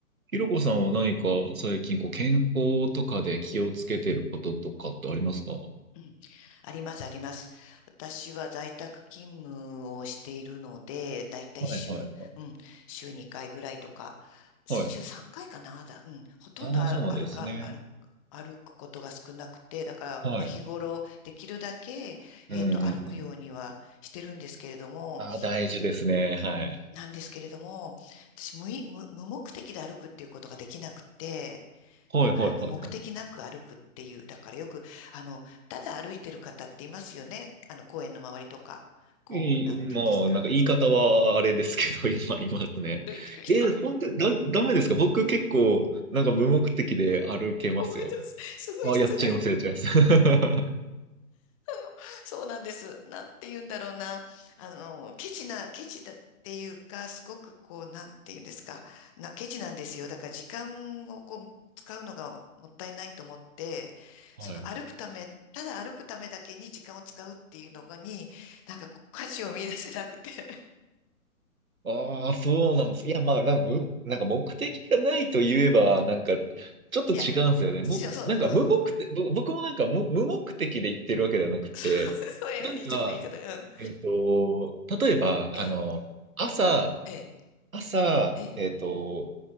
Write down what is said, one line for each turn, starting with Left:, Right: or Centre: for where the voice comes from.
Right: ひろこさんは何か最近こう健康とかで気をつけてることとかってありますかは
Left: うん、あります、あります。私は在宅勤務をしているので、だいたい週、
Right: いはいはい。
Left: うん、週2回ぐらいとか、週3回かいかな、
Right: はい。
Left: だ、うん、ほとんどあ歩か、
Right: ああ、そうなんですね。
Left: 歩く、歩くことが少なくて、だから、
Right: はい。
Left: まあ、日頃、できるだけ、
Right: うんうんうん。
Left: えっと、歩くようにはしてるんですけれども、
Right: ああ、大事ですね。はい。
Left: なんですけれども、私無い、無、無目的で歩くっていうことができなくて、
Right: はいはいはいはい。
Left: あの、目的なく歩くっていう、だからよく、あの、ただ歩いてる方っていますよね。あの、公園の周りとか、こう、
Right: いい、
Left: なんて言うんですか。
Right: まあ、なんか言い方はあれですけど、<laughs> 今いますね。
Left: 歩いてる人。
Right: え、本当にだ、ダメですか僕結構、なんか無目的で歩けますよ。
Left: ごめんなさい。すごい失礼。
Right: ああ、やっちゃいます、
Left: あ
Right: やっちゃいます。<laughs> は
Left: の、そうなんです。なんて言うんだろうな。あの、ケチな、ケチだっていうか、すごくこう、なんて言うんですか。な、ケチなんですよ。だから時間をこう、使うのがもったいないと思って、その歩くため、
Right: い。
Left: ただ歩くためだけに時間を使うっていうのに、なんかこう価値を見出せなくて。
Right: ああ、そうなんです。いや、まあ、なんかむ、なんか目的がないと言えば、なんか、ちょっと違うんですよね。
Left: いや、そう、
Right: も、
Left: そう、
Right: なんか無目的、
Left: うん。
Right: ぼ僕もなんか無、無目的で言ってるわけではなくて、
Left: <laughs> そう、ええ、
Right: なんか、
Left: ちょっと言い方が、うん。
Right: えっと、例えば、
Left: ええ、
Right: あの、朝、
Left: ええ、
Right: 朝、
Left: ええ、
Right: えっと、